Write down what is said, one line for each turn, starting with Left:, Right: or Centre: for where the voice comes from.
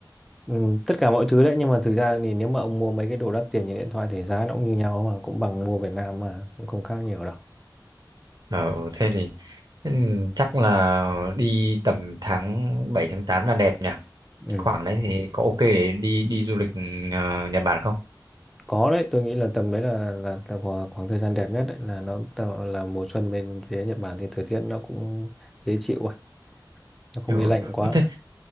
Centre: Ừ, tất cả mọi thứ đấy, nhưng mà thực ra thì nếu mà ông mua mấy cái đồ đắt tiền như điện thoại thì giá nó cũng như nhau mà, cũng bằng mua Việt Nam mà, cũng không khác nhiều đâu.
Right: Ờ, ừ, thế thì thế thì chắc là đi tầm tháng 7 tháng 8 là đẹp nhỉ?
Centre: Ừ.
Right: khoảng đấy thì có ok để đi đi du lịch ờ, Nhật Bản không?
Centre: có đấy tôi nghĩ là tầm đấy là là, là khoảng, khoảng thời gian đẹp nhất đấy là nó tạo là mùa xuân bên phía Nhật Bản thì thời tiết nó cũng dễ chịu rồi nó không
Right: Ừ.
Centre: bị lạnh quá
Right: Thế,